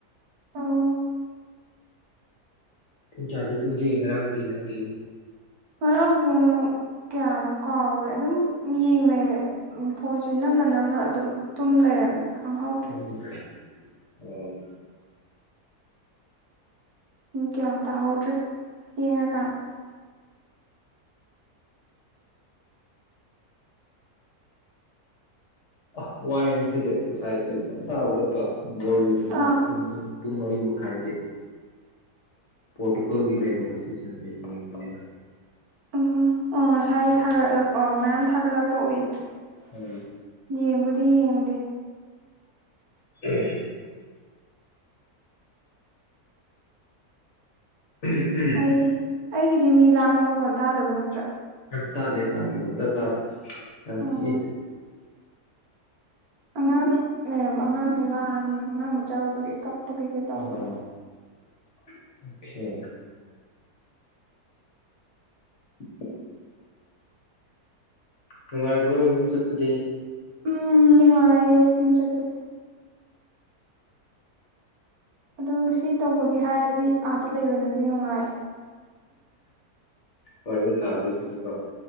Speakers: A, on the right (about 70°); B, on the left (about 50°).
A: ꯑꯣ
B: ꯄꯨꯡ ꯀꯌꯥꯗ ꯇꯨꯝꯒꯦ ꯉꯔꯥꯡꯗꯤ ꯅꯪꯗꯤ
A: ꯉꯔꯥꯡ ꯄꯨꯡ ꯀꯌꯥꯅꯣ ꯀꯥꯎꯒ꯭ꯔꯦ ꯑꯗꯨꯝ ꯌꯦꯡꯅ ꯎꯝ ꯐꯣꯟꯁꯦ ꯅꯝꯅ ꯅꯝꯅ ꯑꯗꯨꯝ ꯇꯨꯝ ꯂꯩꯔꯝꯃꯦ ꯈꯪꯍꯧꯗ꯭ꯔꯦ
B: <unintelligible>
A: ꯒ꯭ꯌꯥꯟ ꯇꯥꯍꯧꯗ꯭ꯔꯦ ꯊꯦꯡꯉꯀꯥꯟꯗ
B: ꯑ ꯋꯥꯔꯦ ꯉꯁꯤꯗꯤ ꯉꯁꯥꯏ ꯑꯌꯨꯛ ꯉꯟꯇꯥ ꯍꯧꯒꯠꯄ ꯕꯣꯜ ꯌꯦꯡꯕ
A: ꯑꯥ
B: ꯄꯨꯡ ꯃꯔꯤ ꯈꯥꯏꯒꯤ ꯄꯣꯔꯇꯨꯒꯜꯒꯤ ꯂꯩꯕ ꯉꯁꯤꯁꯤ ꯑꯗꯨꯒꯤ ꯌꯦꯡꯕꯅꯤꯗ
A: ꯎꯝ ꯑꯣ ꯉꯁꯥꯏ ꯊꯥꯒꯠꯂꯛꯄ ꯃꯌꯥꯝ ꯊꯥꯒꯠꯂꯛꯄ ꯎꯏ
B: ꯎꯝ
A: ꯌꯦꯡꯕꯨꯗꯤ ꯌꯦꯡꯗꯦ
B: ꯎꯝ ꯎꯝ ꯎꯝ
A: ꯑꯩ ꯑꯩꯒꯤꯁꯤ ꯃꯤ ꯂꯥꯡꯕ ꯃꯈꯣꯟ ꯇꯥꯗꯕ ꯅꯠꯇ꯭ꯔ
B: ꯇꯥꯗꯦ ꯇꯥꯗꯦ ꯑꯃꯇ ꯇꯥꯗꯦ ꯌꯥꯝ
A: ꯎꯝ
B: ꯆꯤꯛꯑꯦ
A: ꯑꯉꯥꯡ ꯂꯩꯔꯝ ꯑꯉꯥꯡ ꯂꯥꯡꯉꯦꯕ ꯑꯉꯥꯡ ꯃꯆꯥ ꯑꯣꯏꯕꯒꯤ ꯀꯞꯄ ꯀꯩ ꯀꯩ ꯇꯧꯕꯗꯣ
B: ꯑꯣ ꯑꯣꯀꯦ <inaudible> ꯅꯨꯡꯉꯥꯏꯕ꯭ꯔꯣ ꯌꯨꯝ ꯆꯠꯄꯗꯤ
A: ꯎꯝ ꯅꯨꯡꯉꯥꯏꯌꯦ ꯌꯨꯝ ꯆꯠꯄꯁꯦ ꯑꯗꯣ ꯁꯤ ꯇꯧꯕꯒꯤ ꯍꯥꯏꯔꯗꯤ ꯑꯥꯗ ꯂꯩꯕꯅꯗꯤ ꯅꯨꯡꯉꯥꯏ
B: ꯋꯥꯔꯤ ꯁꯥꯕꯒꯤꯀꯣ